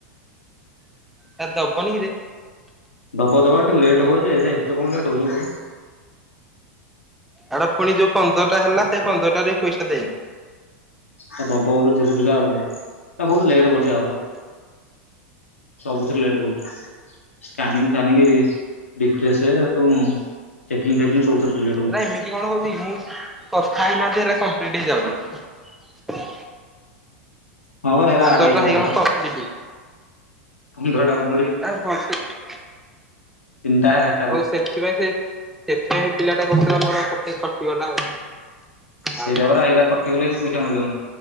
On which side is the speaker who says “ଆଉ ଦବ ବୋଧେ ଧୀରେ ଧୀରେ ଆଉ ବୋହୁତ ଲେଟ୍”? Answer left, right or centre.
Left